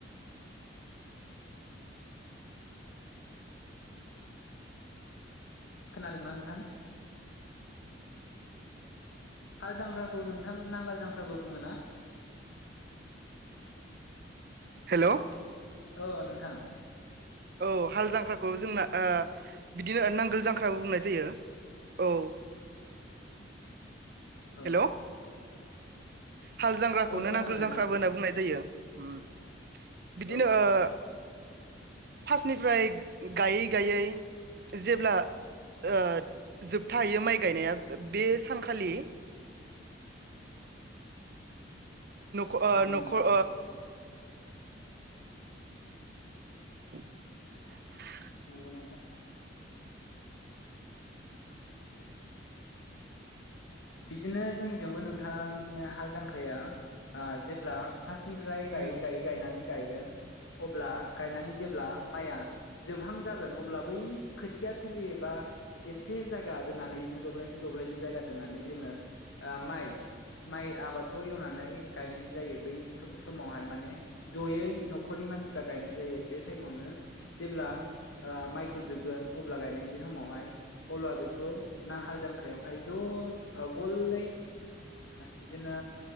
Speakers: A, on the left; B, on the right.
A: खोनादोंना नोंथां हाल जांख्राखौ नोंथां नांगाल जांख्रा बुङोना
B: हेलौ
A: औ नोंथां
B: औ हाल जांख्राखौ जोंना ओ बिदिनो नांगोल जांख्राबो बुंनाय जायो औ।
A: औ
B: हेलौ। हाल जांग्राखौनो
A: औ खोनादों
B: नांगोल जांख्राबो
A: नोंथां
B: होनना बुंनाय जायो ओम बिदिनो
A: औ
B: ओ फार्स्टनिफ्राय गायै गायै जेब्ला ओ जोबथाहैयो माइ गायनाया बे सानखालि न'ख ओ
A: नंगौ
B: न'ख
A: नोंथां
B: ओ <unintelligible>
A: नंगौ नोंथां बिदिनो जोंनिजोंबो नोंथाङा बिदिनो हाल जांख्राया ओ जेब्ला फास्तनिफ्राय गायै
B: ओं
A: गायै गायनानै गायगोन अब्ला गायनानै जेब्ला माया जोबहां जागोन अब्ला बै खोथिया थोलि एबा एसे जायगा दोननानै बिदिनो दब्लायसे दब्लायनि जायगा दोननानै जोङो ओ माइ माइ आबादखौ एवनानै गायनाय जायो बै समावहाय माने जयै न'खरनि मानसिफ्रा गायनाय जायो बे टाइमावनो जेब्ला ओ माइखौ जोबगोन अब्ला गायनाय समावहाय अब्ला बेखौ ना हाल जांख्रायावहाय ज' ओ गलै बिदिनो